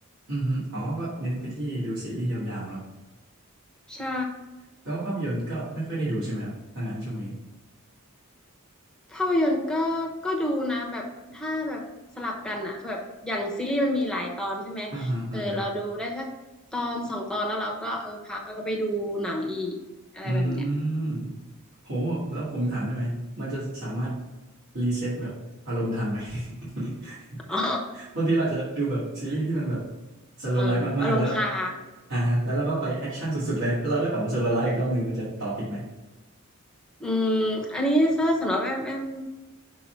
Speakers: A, on the right (about 60°); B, in the centre.
A: อือฮึอ๋อก็เน้นไปที่ดูซีรีส์ยาวๆเนาะ
B: ใช่
A: แปลว่าภาพยนตร์ก็ไม่ค่อยได้ดูใช่ไหมครับถ้างั้นช่วงนี้
B: ภาพยนตร์ก็ก็ดูนะแบบถ้าแบบสลับกันอ่ะคือแบบอย่างซีรีส์มันมีหลายตอนใช่ไหมเออเราดูได้สักตอนสองตอนแล้วเราก็เออพักแล้วก็ไปดูหนังอีกอะไรแบบเนี้ย
A: อ่าฮะอ่าฮะ อืมโหแล้วผมถามได้ไหมมันจะสามารถรีเซ็ตแบบอารมณ์ทันไหม <laughs>
B: <laughs> อ๋อ
A: บางทีเราอาจจะดูแบบซีรีส์ที่มันแบบสโล
B: เอออารมณ์ค้าง
A: w l ไลฟ์มากๆแล้วก็อ่าฮะแล้วเราก็ไปแอคชั่นสุดๆเลยแล้วเราก็กลับมาสโล w l ไลฟ์อีกรอบหนึ่งมันจะต่อติดไหม
B: อืมอันนี้ถ้าสำหรับแอมแอม